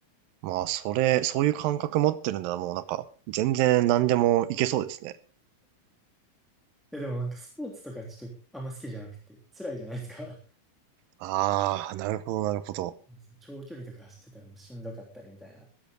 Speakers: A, on the right (about 75°); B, in the centre.
A: まあそれ、そういう感覚持ってるんならもうなんか全然何でもいけそうですね。
B: え、でもなんかスポーツとかちょっとあんま好きじゃなくて、辛いじゃないですか。
A: ああ、なるほど、なるほど。
B: <laughs> 長距離とか走ってたらもうしんどかったりみたいな。